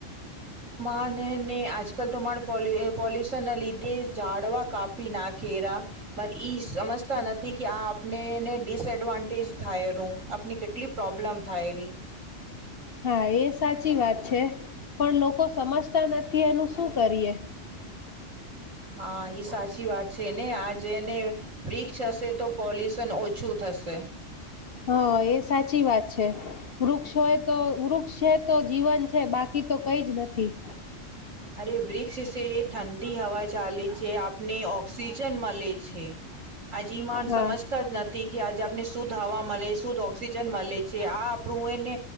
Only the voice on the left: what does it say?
હા, એ સાચી વાત છે. પણ લોકો સમજતા નથી એનું શું કરીએ?
હા, એ સાચી વાત છે. વૃક્ષ હોય તો, વૃક્ષ છે તો જીવન છે. બાકી તો કઈ જ નથી.
હા